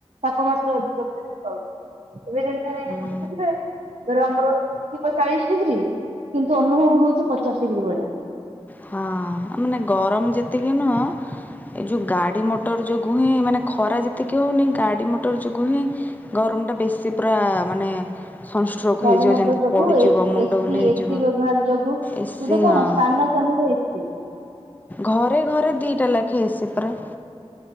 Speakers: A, on the right (about 75°); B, on the left (about 15°).
A: ତାପମାତ୍ରା ଅଧିକ ବୃଦ୍ଧି ପାଉଛି ଏବେ ଯେମତି
B: ହୁଁ
A: ଦେଥିବେ ଧର ଆମର ଥିବ ଚାଳିଶ ଡିଗ୍ରୀ କିନ୍ତୁ ଅନୁଭବ ହଉଛି ପଚାଶ ଡିଗ୍ରୀ ଭଳିଆ
B: ହଁ ମାନେ ଗରମ ଯେତିକି ନୁହଁ ଏଇ ଯୋଉ ଗାଡି ମଟର ଯୋଗୁ ହିଁ ମାନେ ଖରା ଯେତିକି ହଉନି ଗାଡି ମଟର ଯୋଗୁ ହିଁ ଗରମଟା ବେଶୀ ପୁରା ମାନେ ସନଷ୍ଟ୍ରୋକ୍ ହେଇଯିବ
A: ଗାଡି ମଟର
B: ଯେମିତି
A: ଯୋଗୁ
B: ପଡ଼ିଯିବ
A: ଏସି
B: ମୁଣ୍ଡ ବୁଲେଇ ହେଇଯିବ।
A: ଏସି ବ୍ୟବହାର ଯୋଗୁ
B: ଏସିି
A: ଏ ତ କଣ
B: ହଁ
A: ସ୍ଥାନ ଚନେ ଏଛି
B: ଘରେ ଘରେ ଦିଟା ଲେଖେଇସି ପା